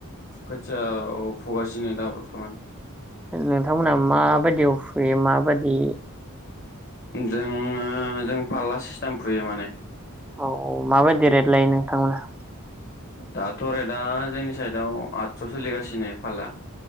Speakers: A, on the left; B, in the centre.
A: खोथिया औ फुगासिनो दा बर्थमान
B: नोंथांमोनहा माबायदियाव फुयो माबायदि
A: जोङो जों फारला सिस्टेम फुयो माने
B: औ औ माबायदि रेद लायो नोंथांमोनहा?
A: दाथ' रेदा जोंनि साइदआव आदस' सोलिगासिनो फाला